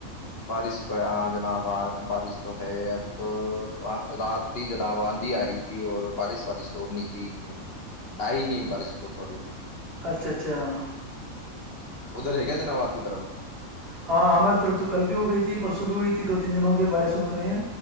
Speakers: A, on the left (about 45°); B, on the right (about 40°).
A: بارش پ ہاں جنا بارش تو ہے ابھی تو رات تھی جنا آندھی آ رہی تھی اور بارش وارش توڑنی تھی اتنی <unintelligible> تئی نہیں
B: اچھا
A: بڑس ب سوری <unintelligible>
B: اچھا اچھا
A: ادھر ہے کیا جناب آپ کی طرف <unintelligible>
B: ہاں ہماری طرف تو کل بھی ہو گئی تھی پرسوں بھی ہوئی تھی دو تین دن ہو گئے بارش ہوتے ہو ہیں